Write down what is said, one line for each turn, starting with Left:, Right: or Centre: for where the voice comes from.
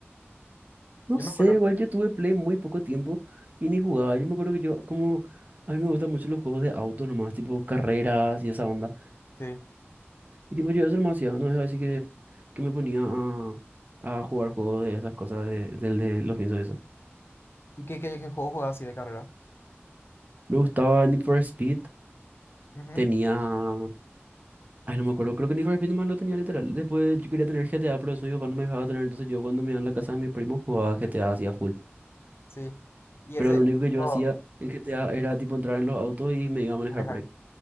Right: no
Left: Yo
Right: sé,
Left: me acuerdo.
Right: igual yo tuve Play muy poco tiempo y ni jugaba, yo me acuerdo que yo, como, a mí me gustan mucho los juegos de auto nomás, tipo carreras y esa onda,
Left: Sí.
Right: y tipo yo eso nomás hacía, no es así que, que me ponía a, a jugar juegos de esas cosas, de, del de los piensos de eso.
Left: ¿Y qué, qué, qué juego jugabas así de carrera?
Right: Me gustaba Need for Speed,
Left: Ujú,
Right: tenía, ay no me acuerdo, creo que Need for Speed nomás lo tenía literal, después yo quería tener GTA, pero eso mi papá no me dejaba tener, entonces yo cuando me iba a la casa de mis primos jugaba GTA así a full.
Left: Sí. Y
Right: Pero
Left: ese...
Right: lo único que yo
Left: oh,
Right: hacía en GTA era tipo entrar en los autos y me iba a manejar
Left: manejar.
Right: por ahí.